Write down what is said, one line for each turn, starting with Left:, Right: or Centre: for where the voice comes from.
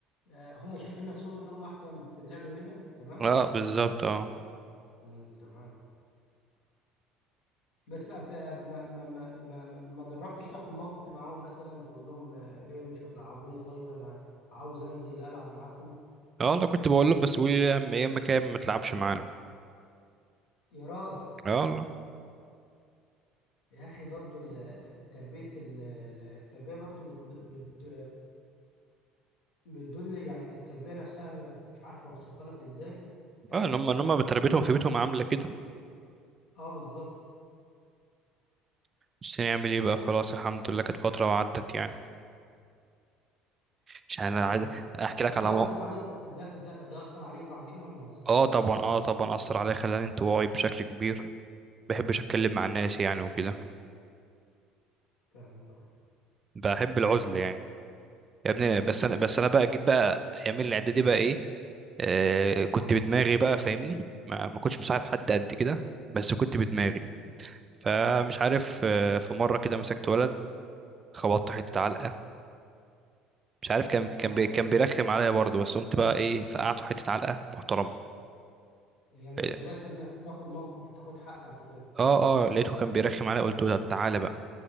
Left: آه، هم شايفين نفسهم ان هم احسن في اللعب منك تمام
Right: اه بالظبط اه
Left: مم، تمام بس أب... أب- ما... ما... ما... ما... ما جربتش تاخد موقف معاهم مثلا تقول لهم آه، ايه مش هتلعبوني طيب انا عاوز انزل العب معاكم
Right: يلا كنت بقول لهم بس بيقولوا لي يا عم- يا اما كده ما تلعبش معانا
Left: يا راجل
Right: يلا
Left: يا اخي برضو ال- التربيه ال- ال- التربيه برضو بت... بت... بتدل يعني التربية نفسها مش عارف أوصفها لك إزاي آه,
Right: اه ان هم ان هم بتربيتهم في بيتهم عامله كده
Left: آه بالظبط
Right: بس نعمل ايه بقى خلاص الحمد لله كانت فتره وعدت يعني مش انا
Left: آه
Right: عايز احكي لك
Left: طب
Right: على
Left: ده
Right: مو...
Left: أثر عليك ده ده ده أثر عليك بعدين ولا ما أثرش
Right: اه
Left: عليك
Right: طبعا
Left: بعدين؟
Right: اه طبعا اثر عليا خلاني انطوائي بشكل كبير بحبش اتكلم مع الناس يعني وكده
Left: فاهمك أه
Right: بحب العزله يعني يا ابني
Left: يعني
Right: بس انا بس انا بقى جيت بقى ايام الاعدادي بقى ايه آه كنت بدماغي بقى فاهمني ما, ما كنتش مصاحب حد قد كده بس كنت بدماغي
Left: مم.
Right: فمش عارف آه في مره كده مسكت ولد خبطت حته علقه مش عارف كان
Left: آه
Right: كان بي كان بيرخم عليا برضه بس قمت بقى ايه فقعته حته علقه محترمه
Left: يعني
Right: إيه،
Left: بدأت إنك تاخد موقف وتاخد حقك وكده
Right: اه اه لقيته كان بيرخم عليا قلت له طب تعالى بقى